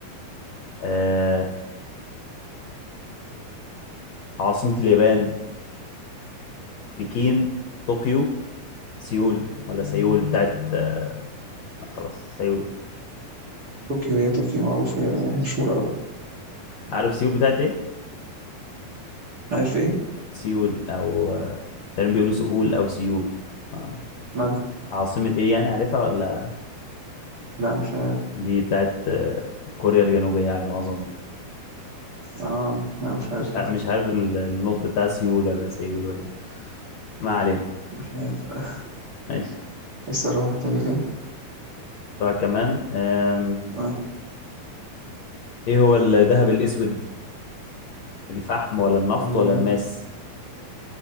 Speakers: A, on the left; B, on the right.
A: آه... عاصمة اليابان بكين طوكيو سيول ولا سيول بتاعت آه، لا خلاص سيول
B: طوكيو هي طوكيو معروفة
A: معلش
B: هي
A: يا باشا
B: مشهورة أوي
A: عارف سيول بتاعت ايه؟
B: عارف إيه؟
A: سيول او آه، تقريبا بيقولوا سؤول او سيول آه،
B: مالها؟
A: عاصمة ايه يعني عارفها ولا
B: لا مش عارف
A: دي بتاعت آه، كوريا الجنوبية على ما اظن
B: اه لا مش عارف
A: مش ع- مش عارف ال- النطق بتاع سيول ولا سيول ولا ما علينا
B: مش عارف <laughs>
A: ماشي
B: ايه السؤال التاني كده؟
A: طبعا كمان آم،
B: اه
A: ايه هو الذهب الاسود الفحم ولا النفط
B: ال-
A: ولا الماس